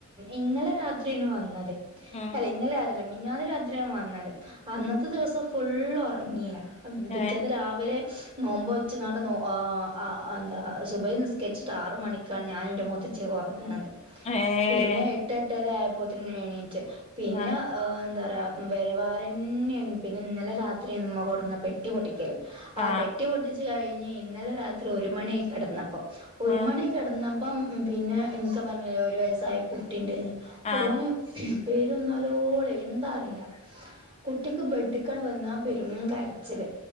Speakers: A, on the right; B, on the left.
A: ഇന്നലെ രാത്രി വന്നത്
B: ഉം
A: അല്ല ഇന്നലെ രാത്രി മിനിഞ്ഞാന്ന് രാത്രിയാ വന്നത് അന്നത്തെ ദിവസം ഫുള്ള് ഉറങ്ങില്ല.
B: ഏ
A: പിറ്റേന്ന് രാവിലെ നോമ്പ് വെച്ചങ്ങാണ്ട് നോ ആഹ് ആഹ് എന്താ സുബൈ നിസ്കരിച്ചിട്ട് ആറ് മണിക്കാണ് ഞാനും എൻ്റെ മുത്തച്ചേ ഒക്കെ ഉറങ്ങിയത്.
B: ഏ
A: പിന്നെ എട്ട് എട്ടര ആയപ്പോത്തേന് എണീറ്റ് പിന്നെ
B: ആ
A: ഏഹ് എന്താ പറയാ വെരവാരന്നെയാണ് പിന്നെ ഇന്നലെ രാത്രിയാന്ന് ഉമ്മ കൊണ്ടുന്ന പെട്ടി പൊട്ടിക്കല്
B: ആ
A: ആഹ് പെട്ടി പൊട്ടിച്ചു കഴിഞ്ഞ് ഇന്നലെ രാത്രി ഒരു മണിയായി കിടന്നപ്പം ഒരു
B: ആ
A: മണി കിടന്നപ്പം പിന്നെ എനിക്കെ പറഞ്ഞില്ലേ ഒരു വയസ്സായ കുട്ടീണ്ടന്ന്
B: ആ
A: ഓന് പേരുന്നലോളി എന്താ അറിയില്ല. കുട്ടിക്ക് ബെഡിക്കണ് വന്നാ പെരും കര ച്ചില്